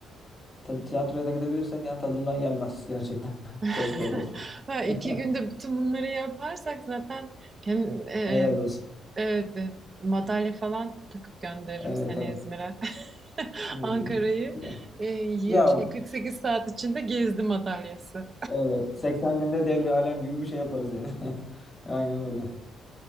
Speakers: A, on the left; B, on the right.
A: ta- tiyatroya da gidebilirsek yani tadından yenmez gerçekten. <laughs>
B: <laughs>
A: Çok güzel olur.
B: Ha, iki
A: <laughs>
B: günde bütün bunları yaparsak zaten hem e,
A: Helal olsun.
B: e, e, madalya falan takıp gönderirim
A: Evet
B: seni
A: evet.
B: İzmir'e. <laughs>
A: Hmm.
B: Ankara'yı
A: Ya,
B: e, yir-
A: ya
B: şey, 48 saat içinde gezdi madalyası.
A: evet 80 günde devri alem gibi bir şey yaparız yani. <laughs> Aynen öyle.